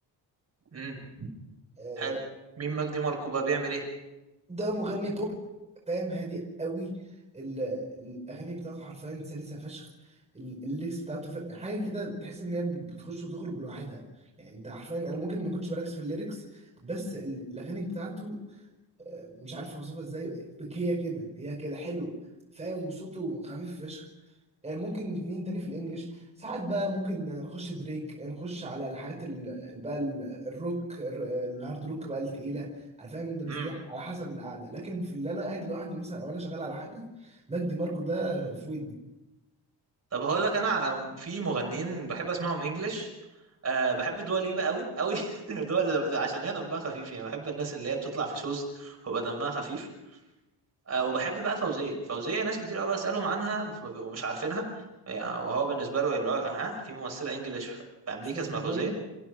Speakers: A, on the right; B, on the right.
A: امم
B: آه،
A: حلو مين مجدي ماركو بقى بيعمل ايه
B: ده مغني بوب فاهم هادي قوي ال- الاغاني بتاعته حرفيا سلسه فشخ ال- الليكس بتاعته فاهم حاجه كده بتحس ان هي بتخش وتخرج لوحدها يعني انت حرفيا انا ممكن ما كنتش بركز في الليركس بس ال- الاغاني بتاعته مش عارف اوصفها ازاي هي كده هي كده حلوه فاهم وصوته خفيف فشخ آه، ممكن مين تاني في الانجليش ساعات بقى ممكن نخش دريك نخش على الحاجات ال- ال- بقى ال- الروك ال- الهارد روك بقى التقيله انا فاهم ده بس
A: امم
B: دي على حسب القعده لكن في اللي انا قاعد لوحدي مثلا او انا شغال على حاجه مجدي ماركو ده في ودني
A: طب هقول لك انا على في مغنيين بحب اسمعهم انجلش أه بحب دوا ليبا قوي قوي <laughs> دول عشان هي دمها خفيف يعني بحب الناس اللي هي بتطلع في شوز ويبقى دمها خفيف آه، وبحب بقى فوزية فوزية ناس كتير قوي بسألهم عنها فما بيبقوا مش عارفينها يعني وهو بالنسبة له اللي هو ها في ممثلة انجليش في أمريكا
B: اسمها فوزيه
A: اسمها فوزية